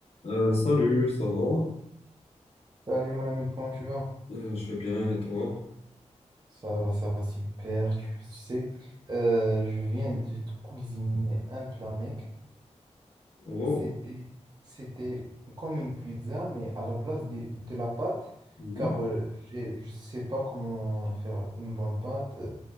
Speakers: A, on the left (about 55°); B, on the right (about 35°).
A: Euh, salut, ça va?
B: Salut mon ami, comment tu vas?
A: Euh, je vais bien et toi?
B: Ça va, ça va super, tu tu sais. euh, je viens de te cuisiner mais un plat, mec.
A: Wow.
B: C'était, c'était comme une pizza, mais à la place de, de la pâte,
A: Mhm.
B: car euh, j'ai- je sais pas comment faire une bonne pâte. euh,